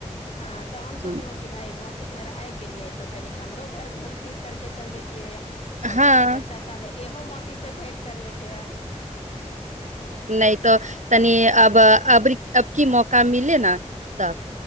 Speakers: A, on the left (about 55°); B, on the right (about 80°).
A: हँ तऽ हम सोचलहु
B: ह
A: कि भाय मौसी घर आबि गेलियै तऽ कनिक हमरो घर घूम फिर करके चल जेैतियै यऽ
B: हँ
A: कम से कम बच्चा सब एहो मौसी से भेंट कर लेते या ह
B: नइ तो तनी अब अबरी अब की मौका मिले न तब